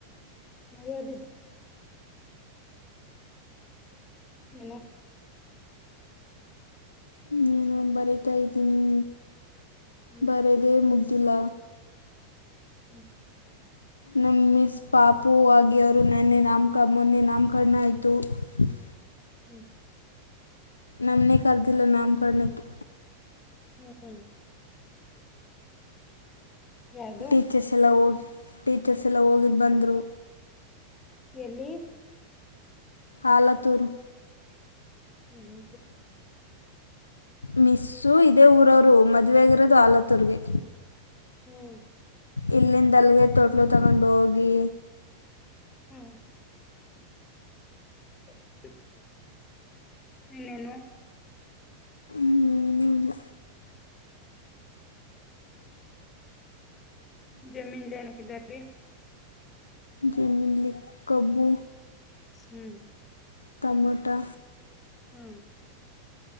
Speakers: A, on the left; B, on the left.
A: ಮದುವ ಬಿಜ ಏನ
B: ನೀನು ಬರತಾ ಇದ್ದೀನಿ
A: ಹ್ಮ್
B: ಬರದೆೇ ಮು್ದ ಲ
A: ಹ್ಮ್
B: ನಮ್ಮ ಮಿಸ್ ಪಾಪು ಆಗಿಯವರು ನನ್ನೆ ನಾಮಕ ಮೊನ್ನೆ ನಾಮಕರಣ ಆಯ್ಿತು ಹ <inaudible>
A: ಹೂ
B: ನಮನೆೇ ಕರ್ದಿಲ್ಲ ನಾಮ ಕರ್ಣಕ್ಕೆ
A: ಹ್ಮ ಯಾರ್ದು
B: ಟೀಚರ್ಸ್ ಎಲ್ಲ ಹೋಗಿ ಟೀಚರ್ಸ್ ಎಲ್ಲ ಹೋಗಿದ್ದು ಬಂದರು
A: ಎಲ್ಲಿ
B: ಆಲತೂರು
A: ವು
B: ಮಿಸ್ಸು ಇದೇ ಊರವರು ಮದುವೆಗಿರೋದು ಆಲತ್ತೂರ್ರಿಗೆ
A: ಹ್ಮ್
B: ಇಲ್ಲಿಂದ ಅಲಗೆ ತೊಟ್ಲು ತಗೊಂಡು ಹೋಗಿ
A: ಹ್ಮ್ ಹ್ಮ ಇನ್ನೇನು
B: ಇನ್ನೇನೂ ಇಲ್ಲ
A: ಜಮೀನ್ ನಕರಿ
B: ಜಮಲಿ ಕಬೂ
A: ಹ್ಮ್
B: ತಟಮಾಟಾ
A: ಹ್ಮ್